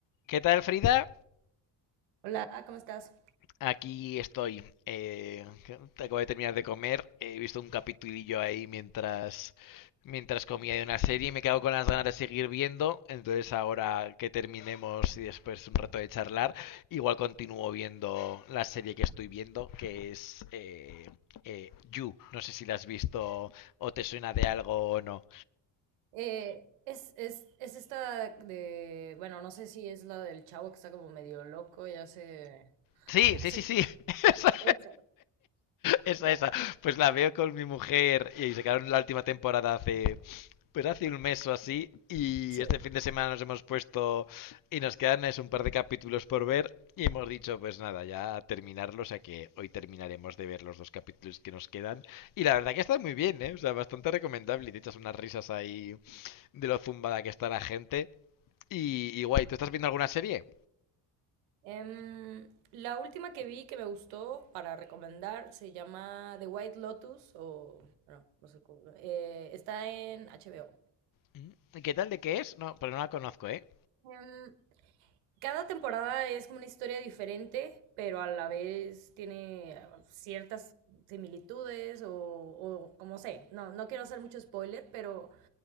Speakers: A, on the left; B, on the right.
A: ¿Qué tal, Frida?
B: Hola, ¿cómo estás?
A: Aquí estoy. Eh, acabo de terminar de comer. He visto un capitulillo ahí mientras, mientras comía de una serie y me quedo con las ganas de seguir viendo. Entonces, ahora que terminemos y después un rato de charlar, igual continúo viendo la serie que estoy viendo, que es eh, eh, You. No sé si la has visto o te suena de algo o no.
B: Eh, es, es, es esta de, bueno, no sé si es la del chavo que está como medio loco y hace, <laughs>
A: Sí, sí,
B: hace...
A: sí, sí. <laughs> Esa,
B: El chavo,
A: esa,
B: ya,
A: esa. Pues la veo con mi mujer y se quedaron la última temporada hace, pues hace un mes o así. Y
B: sí.
A: este fin de semana nos hemos puesto y nos quedan es un par de capítulos por ver. Y hemos dicho, pues nada, ya terminarlo. O sea que hoy terminaremos de ver los dos capítulos que nos quedan. Y la verdad que está muy bien, ¿eh? O sea, bastante recomendable. Y te echas unas risas ahí de lo zumbada que está la gente. Y, y guay, ¿tú estás viendo alguna serie?
B: Em, la última que vi que me gustó para recomendar se llama The White Lotus o, bueno, no sé cómo, eh, está en HBO.
A: ¿Y ¿Qué tal de qué es? No, pero no la conozco, ¿eh?
B: Em, Cada temporada es como una historia diferente, pero a la vez tiene ah, ciertas similitudes o, o como sé. No, no quiero hacer mucho spoiler, pero